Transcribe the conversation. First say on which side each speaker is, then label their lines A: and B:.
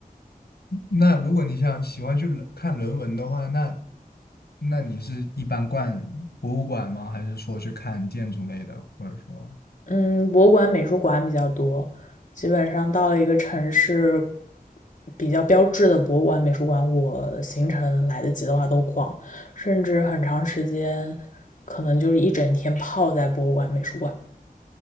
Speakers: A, on the left (about 85°); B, on the left (about 50°).
A: 那如果你想喜欢去人看人文的话，那那你是一般逛博物馆吗？还是说去看建筑类的，或者说
B: 嗯，博物馆、美术馆比较多。基本上到了一个城市，比较标志的博物馆、美术馆，我行程来得及的话都逛，甚至很长时间，可能就是一整天泡在博物馆、美术馆，